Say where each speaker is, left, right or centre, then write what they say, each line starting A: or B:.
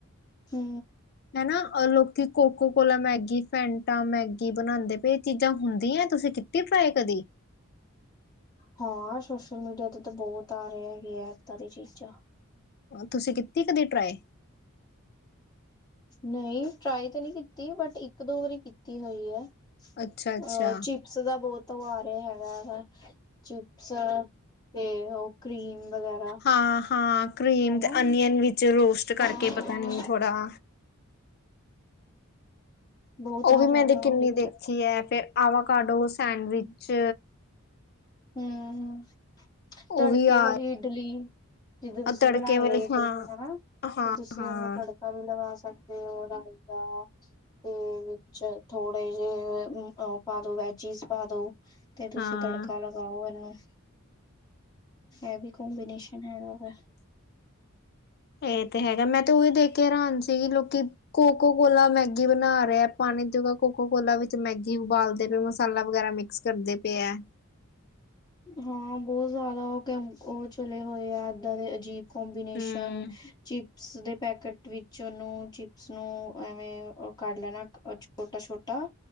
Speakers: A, on the left; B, on the left.
A: ਹੂੰ
B: ਹੈਨਾ ਲੋਕੀ Coca Cola Maggi Fanta Maggi ਬਣਾਂਦੇ ਪਏ ਚੀਜ਼ਾਂ ਹੁੰਦੀਆਂ ਤੁਸੀਂ ਕੀ ਪਏ ਕਦੀ।
A: ਹਾਂ ਸੋਸ਼ਲ ਮੀਡੀਆ ਤੇ ਤਾਂ ਬੋਤ ਆ ਰਏ ਹੈਗੇ ਆ ਇੱਦਾਂ ਦੀਆਂ ਚੀਜ਼ਾਂ
B: ਤੁਸੀਂ ਕੀਤੀ ਕਦੀ ਟਰਾਏ
A: ਨਈ ਟਰਾਈ ਤੇ ਨਈ ਕੀਤੀ ਬਟ ਇੱਕ ਦੋ ਵਾਰੀ ਕੀਤੀ ਹੋਈ ਹੈ ਅ
B: ਅੱਛਾ-ਅੱਛਾ,
A: ਚਿ ਚਿਪਸ ਦਾ ਬੋਤ ਓ ਆ ਰਿਆ ਹੈਗਾ ਵਾ ਚਿਪਸ ਤੇ ਓ ਕਰੀਮ ਵਗੈਰਾ
B: ਹਾਂ-ਹਾਂ ਕਰੀਮ
A: ਹਨਾ
B: ਤੇ ਅਨੀਅਨ ਵਿੱਚ ਰੋਸਟ ਕਰਕੇ
A: ਹਾਂ
B: ਪਤਾ ਨਈ ਥੋੜ੍ਹਾ
A: ਬਹੁਤ
B: ਓ
A: ਆ
B: ਵੀ ਮੈਂ
A: ਰਿਹਾ ਵਾ
B: ਕਿੰਨੀ
A: ਉਹ ਵੀ
B: ਦੇਖੀ ਹੈ ਫਿਰ ਆਵਾ ਕਡੋ ਸੈਂਡਵਿਚ
A: ਹੂੰ
B: ਉਹ
A: ਤੜਕੇ
B: ਵੀ ਆ
A: ਵਾਲੀ ਇਡਲੀ ਜਿੱਦੋਂ ਤੁਸੀਂ
B: ਤੜਕੇ
A: ਬਣਾਈ
B: ਵਾਲੇ
A: ਏ ਇਡਲੀ
B: ਹਾਂ
A: ਹਨਾ ਤੇ
B: ਹਾਂ-ਹਾਂ
A: ਤੁਸੀਂ ਤੁਸੀਂ
B: ਹਾਂ
A: ਉਨੂੰ ਤੜਕਾ ਵੀ ਲਗਾ ਸਕਦੇ ਹੋ ਰਾਈ ਦਾ ਤੇ ਵਿੱਚ ਥੋੜੇ ਜਿਹੇ ਓ ਪਾ ਦੋ ਵੈਜਿਸ ਪਾ ਦੋ। ਤੇ ਤੁਸੀਂ
B: ਹਾਂ
A: ਤੜਕਾ ਲਗਾਓ ਐਨੂੰ ਐ ਵੀ ਕੋਮਬੀਨੇਸ਼ਨ ਹੈਗਾ ਵਾ।
B: ਏ ਤੇ ਹੈਗਾ ਮੈਂ ਤੇ ਦੇਖ ਕੇ ਹੈਰਾਨ ਸੀਗੀ ਲੋਕੀ ਕੋਕੋ ਕੋਲਾ ਮੈਂ ਮੈਗੀ ਬਣਾ ਰਏ ਆ ਪਾਣੀ 'ਚ ਕੋਕੋ ਕੋਲਾ ਵਿੱਚ ਮੈਗੀ ਉਬਾਲਦੇ ਪਏ ਮਸਾਲਾ ਵਗੈਰਾ ਮਿਕਸ ਕਰਦੇ ਪਏ ਆ।
A: ਹਾਂ ਬੋ ਜਾਦਾ ਓ ਤਾਂ ਓ ਚੱਲੇ ਹੋਏ ਆ ਇੱਦਾਂ ਦੇ ਅਜੀਬ ਕੋਮਬੀਨੇਸ਼ਨ
B: ਹੂੰ-ਹੂੰ
A: ਚੀਪ ਰਸ ਦੇ ਪੈਕੇਟ ਵਿੱਚ ਉਹਨੂੰ ਚਿਪਸ ਨੂੰ ਐਵੇਂ ਔਹ ਕਰ ਲੈਣਾ ਛੋਟਾ, ਛੋਟਾ